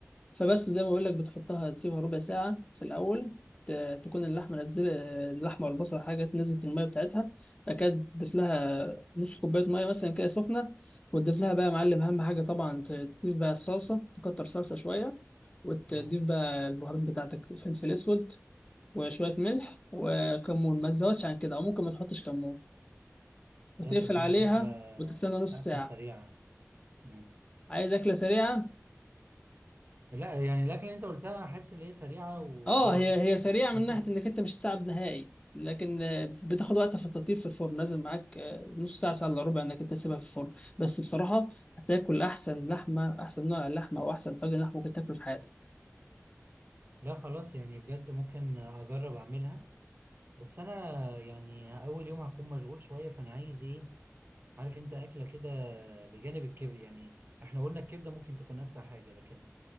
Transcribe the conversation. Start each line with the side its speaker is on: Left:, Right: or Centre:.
Left: فبس زي ما بقول لك بتحطها تسيبها ربع ساعة في الأول ت- تكون اللحمة نزل اللحمة والبصل حاجة نزلت المية بتاعتها بعد كده تضيف لها نص كوباية مية مثلا كده سخنة وتضيف لها بقى يا معلم أهم حاجة طبعا ت- تضيف بقى الصلصة تكتر صلصة شوية وتضيف
Right: اه
Left: بقى البهارات بتاعتك فلفل أسود وشوية ملح وكمون ما تزودش عن كده أو ممكن ما تحطش كمون
Right: لا
Left: وتقفل
Right: صدقني
Left: عليها
Right: فكرة
Left: وتستنى نص
Right: أكلة
Left: ساعة
Right: سريعة مم.
Left: عايز أكلة سريعة
Right: لا يعني الأكلة اللي أنت قلتها أحس إن هي سريعة وجوعت
Left: اه هي
Right: دلوقتي
Left: هي سريعه
Right: يعني
Left: من ناحيه انك انت مش هتتعب نهائي لكن آه، بتاخد وقت في التطيب في الفرن لازم معاك آه، نص ساعه ساعه الا ربع انك انت تسيبها في الفرن بس بصراحه هتاكل احسن لحمه احسن نوع لحمه او احسن طاجن لحمه ممكن تاكله في حياتك
Right: <laughs> لا خلاص يعني بجد ممكن أجرب أعملها بس أنا يعني أول يوم هكون مشغول شوية فأنا عايز إيه عارف أنت أكلة كده بجانب الكبد يعني إحنا قلنا الكبدة ممكن تكون أسرع حاجة لكن